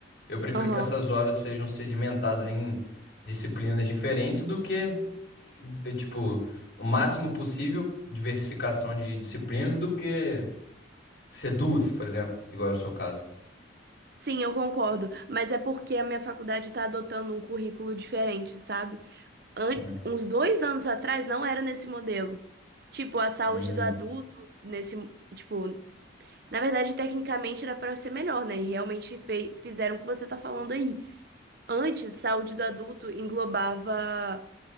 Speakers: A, on the left; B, on the right.
A: Eu prefiro
B: Aham.
A: que essas horas sejam sedimentadas em disciplinas diferentes do que, eh, tipo, o máximo possível diversificação de disciplinas do que Ser duas, por exemplo, igual é o seu caso.
B: Sim, eu concordo. Mas é porque a minha faculdade está adotando um currículo diferente, sabe? An-
A: Hum,
B: uns dois anos atrás não era nesse modelo. Tipo, a saúde
A: hum,
B: do adulto, nesse. Tipo, na verdade, tecnicamente era para ser melhor, né? E realmente fe- fizeram o que você tá falando aí. Antes, saúde do adulto englobava.